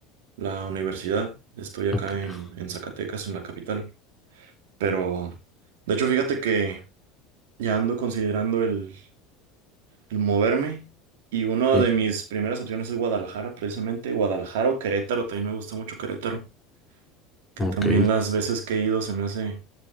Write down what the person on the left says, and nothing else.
Ok.
Ok.
ok.